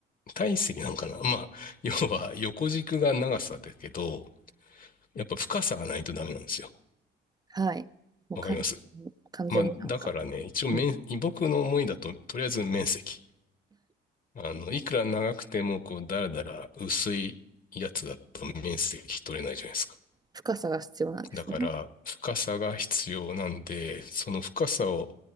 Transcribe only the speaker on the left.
体積なんかな。まあ、要は横軸が長さだけど、やっぱ深さがないとダメなんですよ。
わかりますまあ、だからね、一応面、
僕の思いだと、とりあえず面積。あの、いくら長くても、こう、だらだら薄いやつだと面積取れないじゃないですか。
だから、深さが必要なんで、その深さを